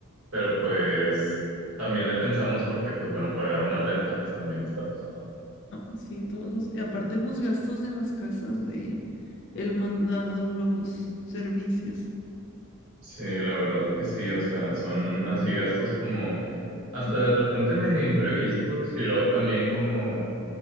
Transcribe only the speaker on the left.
Ah, sí, todos los, y aparte los gastos de las casas de el mandado, los servicios.
Ujú.